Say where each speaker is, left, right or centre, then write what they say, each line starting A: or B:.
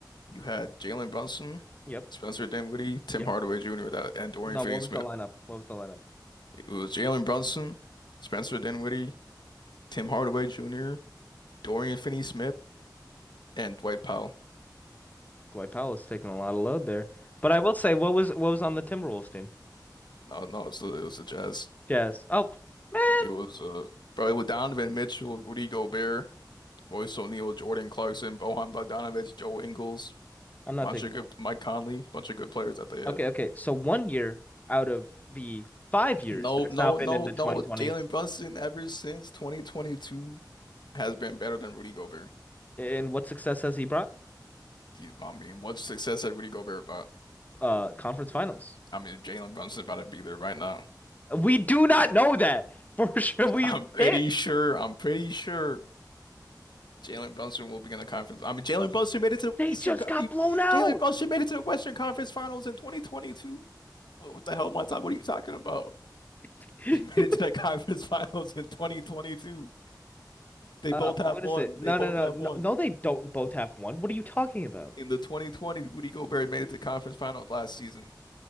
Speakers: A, on the left (about 75°); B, on the left (about 20°).
A: you had Jalen Brunson,
B: Yep.
A: Spencer Dinwiddie, Tim
B: Yep.
A: Hardaway Jr., that, and Dorian
B: No,
A: Finney-Smith.
B: what was the lineup? What was the lineup?
A: It was Jalen Brunson, Spencer Dinwiddie, Tim Hardaway Jr., Dorian Finney-Smith, and Dwight Powell.
B: Dwight Powell is taking a lot of load there. But I will say, what was what was on the Timberwolves team?
A: No, no, it was the, it was the Jazz.
B: Jazz. Oh man,
A: It was uh probably with Donovan Mitchell, Rudy Gobert, Royce O'Neal, Jordan Clarkson, Bojan Bogdanovic, Joe Ingles,
B: I'm not
A: bunch
B: taking
A: of
B: that.
A: good Mike Conley, bunch of good players that they had.
B: Okay, okay. So one year out of the five years
A: No,
B: that's
A: no,
B: now been
A: no,
B: in the 2020s.
A: no. Jalen Brunson ever since 2022 has been better than Rudy Gobert.
B: And what success has he brought?
A: He's, I mean, what success had Rudy Gobert about?
B: Uh, conference finals.
A: I mean, Jalen Brunson about to be there right now.
B: We do not know that <laughs> for sure.
A: <laughs>
B: We
A: I'm pretty
B: can't.
A: sure. I'm pretty sure Jalen Brunson will be in the conference. I mean, Jalen Brunson made it to
B: They
A: the Eastern.
B: just
A: Co-
B: got
A: he-
B: blown out.
A: Jalen Brunson made it to the Western Conference Finals in 2022. What what the hell, my time? What are you talking about? <laughs>
B: <laughs>
A: You made it to the conference <laughs> finals in 2022. They
B: Uh,
A: both have
B: what
A: one.
B: is it? No,
A: They both
B: no, no,
A: have
B: no,
A: one.
B: no. They don't both have one. What are you talking about?
A: In the 2020, Rudy Gobert made it to conference finals last season.